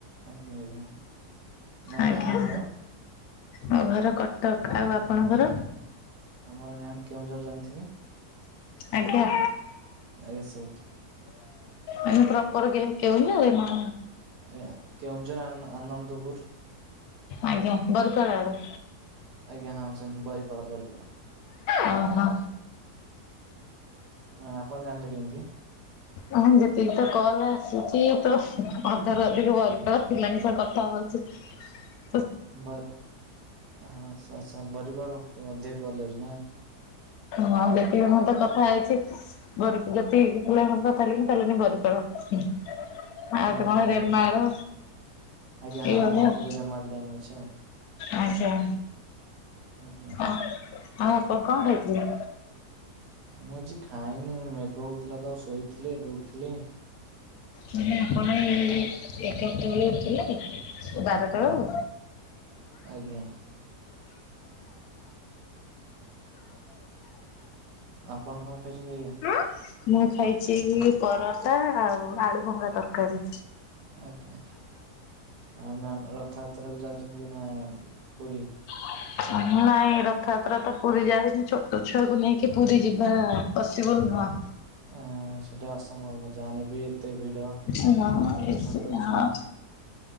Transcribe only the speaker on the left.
ଆଜ୍ଞା
ମୋ ଘର କଟକ ଆଉ ଆପଣଙ୍କର?
ଆଜ୍ଞା।
ମାନେ ପ୍ରପର କେଉଁ କେଉଁଝର ନା?
ଆଜ୍ଞା ବରକଳା ଆଡେ।
ଓହୋ।
ହଁ ଯେତିକି ତ କଲ ଆସିଛି ତ ଅଧାରୁ ଅଧିକ ବରିପାଳ ପିଲାଙ୍କ ସହ କଥା ହଉ <inaudible>
ହଁ ଯେତିକି <unintelligible> କଥା ହେଇଛି। ବରି ଯେତିକି ପିଲାଙ୍କ ସହିତ କଥା ହେଲିଣିି କହିଲେ ଆମେ ବରିପାଳ। ଆଉ ଗୋଟେ
କଣ ରେମାଳ।
ଏଇଭଳିଆ
ଆଉ।
ଆଜ୍ଞା।
ଆଉ ଆଉ ଆପଣ କଁ ଖାଇଥିଲେ?
ମାନେ ଆପଣ ଏଇ ଏଗାରଟା ବେଳେ ଉଠିଲେ? ଏ ବାରଟା ବେଳୁ।
<unintelligible> <unintelligible> ମୁଁ ଖାଇଛି ପରଟା ଆଉ ଆଳୁ ଭଙ୍ଗା ତରକାରୀ।
<inaudible> ନାଇଁ ରଥଯାତ୍ରା ତ ପୁରୀ ଯାଇନୁ ଛୋଟୋ ଛୁଆକୁ ନେଇକି ପୁରୀ ଯିବା ପସିବୁଲ୍ ନୁହଁ।
ହଁ ଏ
ହଁ